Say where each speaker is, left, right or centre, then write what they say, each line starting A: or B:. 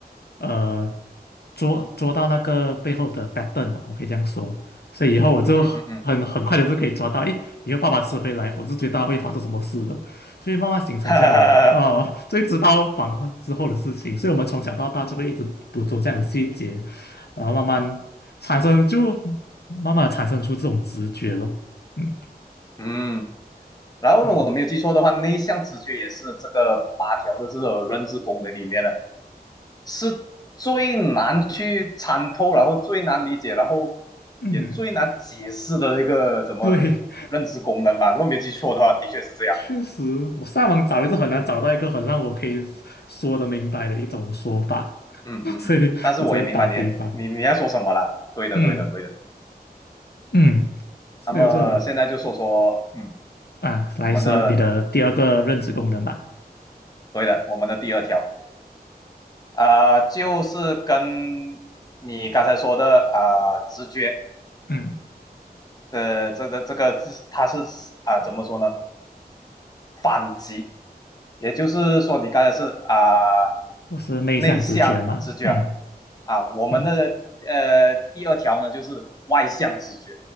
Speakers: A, on the left (about 80°); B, on the left (about 25°).
A: 呃，捉捉到那个背后的 pattern 啊，我可以这样说。所以以后我就很很快的就可以抓到，
B: 嗯嗯嗯，
A: 诶，以后爸爸迟回来，我就知道会发生什么事了。所以慢慢形成这样的哦，
B: 哈哈哈哈，
A: <laughs> 所以知道反抗之后的事情，所以我们从小到大就会一直捕捉这样的细节，然后慢慢产生，就慢慢地产生出这种直觉咯。嗯
B: 嗯。然后呢，
A: 嗯
B: 我没有记错的话，内向直觉也是这个八条的这个认知功能里面的，是最难去参透，然后最难理解，然后也最难解释的一个怎么
A: 嗯，对，
B: 认知功能吧。如果没有记错的话，的确是这样。
A: 确实，我上网找也是很难找到一个很让我可以说得明白的一种说法，
B: 嗯嗯嗯，
A: <laughs> 所以我只能打比方。
B: 嗯但是我也明白你你你要说什么了。对的，
A: 嗯
B: 对的，对的。
A: 嗯，所以我就
B: 那么现在就说说，嗯，
A: 啊来说你的第二个认知功能吧。
B: 我们的对的，我们的第二条啊、呃就是跟你刚才说的啊、呃直觉
A: 嗯，
B: 的这个这个是它是啊、呃怎么说呢？反击，也就是说你刚才是啊、呃
A: 我是内向直觉嘛。
B: 内向直觉
A: 嗯。
B: 啊，我们的呃第二条呢就是外向直觉，
A: 嗯